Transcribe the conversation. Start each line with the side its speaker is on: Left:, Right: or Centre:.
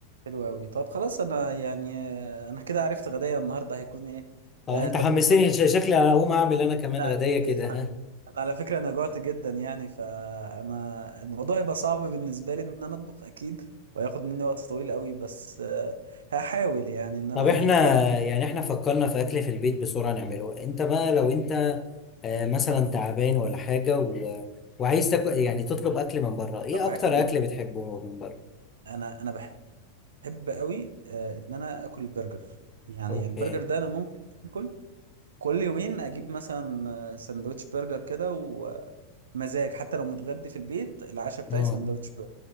Right: حلو قوي طب خلاص انا يعني آه، انا كده عرفت غدايا النهارده هيكون ايه
Left: أه
Right: آه
Left: أنت
Right: طب
Left: حمستني ش- شكلي أنا هقوم أعمل أنا كمان
Right: انا
Left: غداية كده <laughs>
Right: أنا على فكره انا جوعت جدا يعني فانا الموضوع يبقى صعب بالنسبه لي ان انا اطبخ اكيد وهياخد مني وقت طويل قوي بس آه هحاول يعني ان انا
Left: طب احنا
Right: اجتهد
Left: يعني احنا فكرنا في اكل في البيت بسرعة نعمله انت بقى لو انت آه، مثلا
Right: آه،
Left: تعبان ولا حاجة و... وعايز تاكل يعني تطلب اكل من بره ايه
Right: لو
Left: اكتر
Right: هاكل
Left: اكل بتحبه من بره
Right: انا انا بحب بحب قوي آه، ان انا اكل البرجر يعني
Left: اوكي
Right: البرجر ده انا ممكن اكل كل يومين اجيب مثلا آه، سندوتش برجر كده ومزاج حتى لو متغدي في البيت العشاء بتاعي
Left: اه
Right: سندوتش برجر